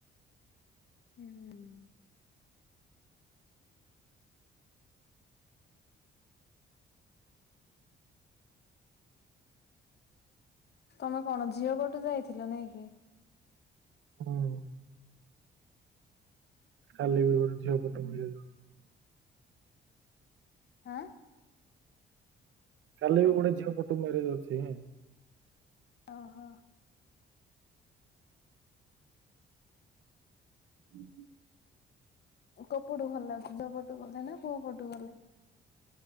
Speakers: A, on the left; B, on the right.
A: ହୁଁ। ତମେ କଣ ଝିଅ ପଟୁ ଯାଇଥିଲ ନାଇଁ କି?
B: ହୁଁ। କାଲି ବି ଗୋଟେ ଝିଅ ପଟୁ ମୁଁ ଯାଇ
A: ହାଁ।
B: କାଲି ବି ଗୋଟେ ଝିଅ ପଟୁ ମ୍ୟାରେଜ୍ ଅଛି ହେଁ।
A: ଓହୋ।
B: ହୁଁ, ହୁଁ।
A: କଉପଟୁ ଭଲ ଲାଗୁଛି? ଝିଅ ପଟୁ ଗଲେ ନା, ପୁଅ ପଟୁ ଗଲେ?